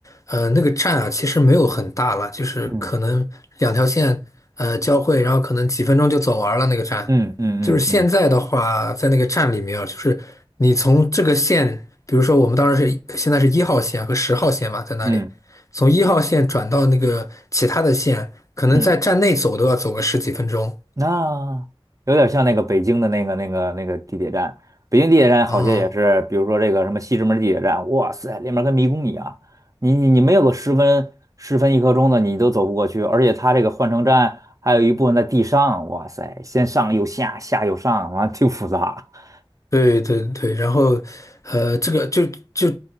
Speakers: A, on the left; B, on the right.
A: 呃那个站啊，其实没有很大了，就是可能两条线呃交汇，
B: 嗯
A: 然后可能几分钟就走完了那个站。
B: 嗯嗯嗯嗯
A: 就是现在的话，在那个站里面啊，就是你从这个线，比如说我们当时是现在是一号线和十号线嘛，在那里从一号线转到那个其他的线，
B: 嗯
A: 可能在站内走都要走个十几分钟。
B: 嗯，那有点像那个北京的那个那个那个地铁站，北京地铁站好些也是，
A: 嗯
B: 比如说这个什么西直门地铁站，哇塞，里面跟迷宫一样，你你你没有个十分十分一刻钟的你都走不过去，而且它这个换乘站还有一部分在地上，哇塞，先上又下，下又上，完了挺复杂。<laughs>
A: 对对对，然后，呃，这个就就